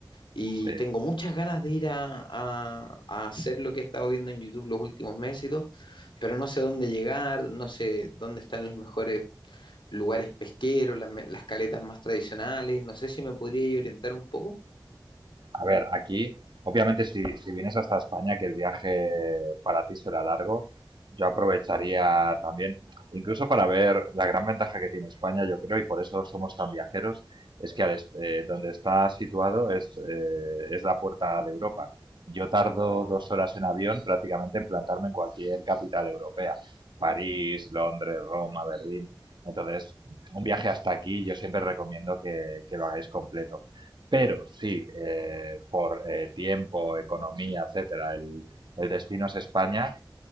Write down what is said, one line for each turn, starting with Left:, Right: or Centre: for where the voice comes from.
Left: Y
Right: sí.
Left: tengo muchas ganas de ir a, a- a hacer lo que he estado viendo en YouTube los últimos meses y todo, pero no sé dónde llegar, no sé dónde están los mejores lugares pesqueros, las, me- las caletas más tradicionales, no sé si me podría orientar un poco.
Right: A ver, aquí, obviamente, si, si vienes hasta España, que el viaje para ti será largo, yo aprovecharía también, incluso para ver la gran ventaja que tiene España, yo creo, y por eso somos tan viajeros, es que al est- eh, donde está situado es, eh, es la puerta de Europa. Yo tardo dos horas en avión prácticamente en plantarme en cualquier capital europea, París, Londres, Roma, Berlín. Entonces, un viaje hasta aquí yo siempre recomiendo que, que lo hagáis completo. Pero si eh, por eh, tiempo, economía, etcétera, el, el destino es España,